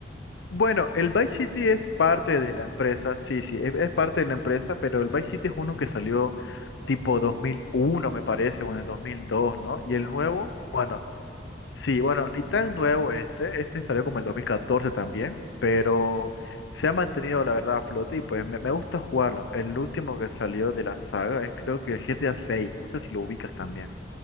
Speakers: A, on the left; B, on the right.
A: Bueno, el Vice City es parte
B: ¿O no?
A: de la empresa, sí, sí, es, es parte de la empresa, pero el Vice City es uno que salió tipo 2001, me parece, o en el 2002, ¿no? Y
B: Ay,
A: el nuevo,
B: <laughs> antiguísimo.
A: bueno. Sí, bueno, ni tan nuevo este, este salió como en 2014 también, pero se ha mantenido la verdad a flote y pues me, me gusta jugarlo. El último que salió de la saga es creo que el GTA seis, no sé si lo ubicas también.